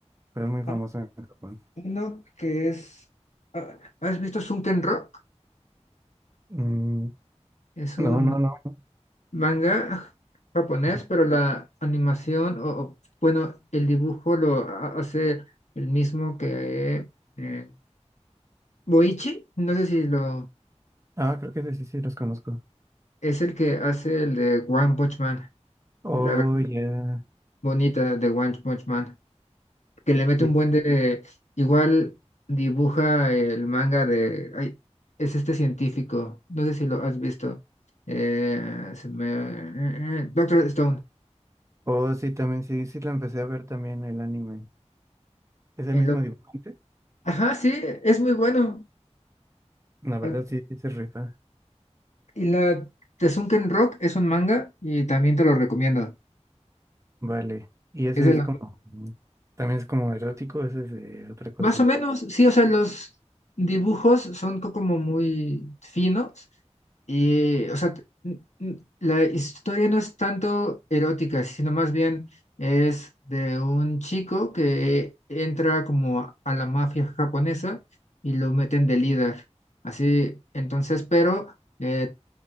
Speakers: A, on the right; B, on the left.
A: pero es muy famoso
B: Hay
A: en Japón.
B: uno que es. ah, ¿Has visto Sunken Rock?
A: Mm,
B: Es
A: no,
B: un
A: no, no.
B: manga japonés,
A: Ujú.
B: pero la animación, o, o, bueno, el dibujo lo ha- hace el mismo que eh, Boichi, no sé si lo
A: Ah, creo que sí, sí, sí, los conozco.
B: es el que hace el de One Punch Man,
A: Oh,
B: la versión
A: ya.
B: bonita de One Punch Man, que le mete
A: Sí.
B: un buen de, igual dibuja el manga de, ay, es este científico, no sé si lo has visto, eh, se me- eh, eh, Doctor Stone.
A: Oh, sí, también, sí, sí, lo empecé a ver también el anime. ¿Es el
B: el
A: mismo dibujante?
B: Ajá, sí, es muy bueno.
A: La verdad,
B: Al
A: sí, sí, se rifa.
B: Y la Tesunken Rock es un manga y también te lo recomiendo.
A: Vale. Y ese
B: Es de
A: es
B: la...
A: como, mm, también es como erótico, ese es de otra cosa.
B: Más o menos, sí, o sea, los dibujos son co- como muy finos y, o sea, t- n- n- la historia no es tanto erótica, sino más bien es de un chico que entra como a a la mafia japonesa y lo meten de líder. Así, entonces, pero eh,